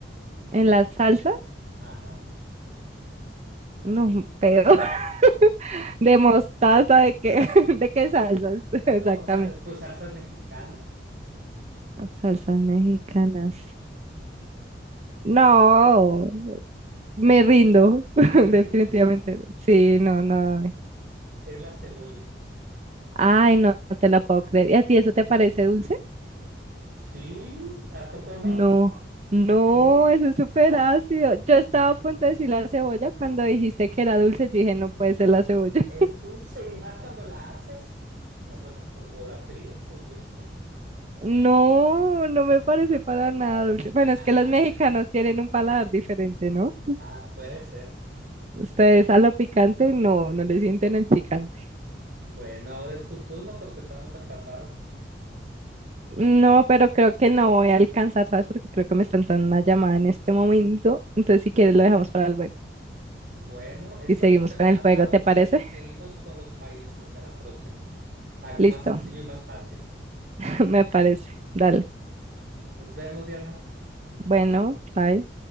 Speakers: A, on the right; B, on the right.
A: en las salsas,
B: Ajá.
A: no, peor. <laughs> De mostaza, ¿de qué? <laughs> ¿De qué salsas? <laughs> Exactamente.
B: No, sa- pues salsas mexicanas.
A: Las Salsas mexicanas. No, me rindo, <laughs>
B: ¿Te rindes?
A: definitivamente. Sí, no, no.
B: Es la cebolla.
A: Ay, no, no te la puedo creer. ¿Y a ti eso te parece dulce?
B: Sí, ¿a poco no?
A: No, no,
B: Sí,
A: eso es súper
B: sí, sí.
A: ácido. Yo estaba a punto de decir la cebolla cuando dijiste que era dulce. Yo dije, no puede ser la cebolla. <laughs>
B: Es dulce y más cuando la asas, cuando la, co- o la fríes, es dulce.
A: No, no me parece para nada dulce.
B: <laughs>
A: Bueno, es que los mexicanos tienen un paladar diferente, ¿no?
B: Ah, puede ser.
A: Ustedes a lo picante no, no le sienten el picante.
B: Bueno, ahora es tu turno porque estamos empatados.
A: No, pero creo que no voy a alcanzar, ¿sabes? Porque creo que me están dando una llamada en este momento. Entonces, si quieres, lo dejamos para luego
B: Bueno, estamos
A: y seguimos
B: empatados
A: con el juego, ¿te parece?
B: y seguimos con los países a la próxima. Algo
A: Listo,
B: más sencillo y más fácil.
A: <laughs> me parece. Dale.
B: Nos vemos, Diana.
A: Bueno, bye.